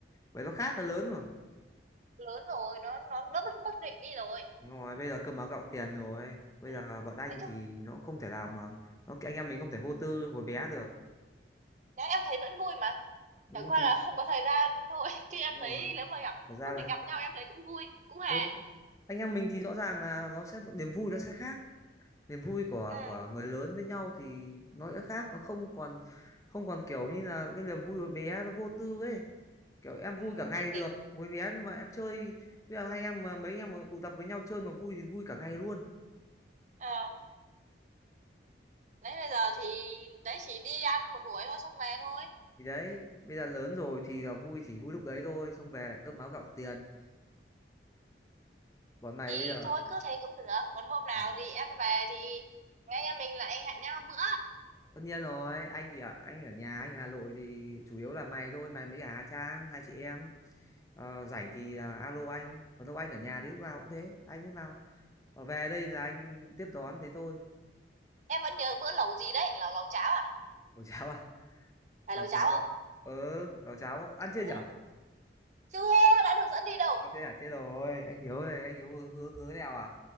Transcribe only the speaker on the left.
bởi nó khác nó lớn rồi
Đúng rồi bây giờ cơm áo gạo tiền rồi bây
giờ bọn anh
thì nó không thể nào mà nó anh em mình không thể vô tư hồi bé được
ừ,
thì
đúng
rồi
thật ra
là
ừ, anh em mình thì rõ ràng là nó sẽ niềm vui nó sẽ khác niềm vui của
của người lớn với nhau thì nó đã khác nó không còn không còn kiểu như là cái niềm vui hồi bé nó vô tư ấy kiểu em
vui cả
ngày
được hồi bé nhưng mà em chơi bây giờ hai em mà mấy em mà tụ tập với nhau chơi mà vui thì vui cả ngày luôn
thì đấy bây giờ lớn rồi thì là vui chỉ vui lúc đấy thôi xong về lại cơm áo gạo tiền bọn mày
bây giờ
Ờ,
tất nhiên rồi anh thì ở anh ở nhà anh ở Hà Nội thì chủ yếu là mày thôi mày mấy cả Hà Trang hai chị em Ờ, rảnh thì là alo anh còn đâu anh ở nhà thì lúc nào cũng thế anh lúc nào Ờ, về đây là anh tiếp đón thế thôi
lẩu cháo à
lẩu
cháo
ừ lẩu cháo ăn chưa
nhở
Ờ, thế à thế rồi anh Hiếu này anh Hiếu hứa hứa hứa đèo à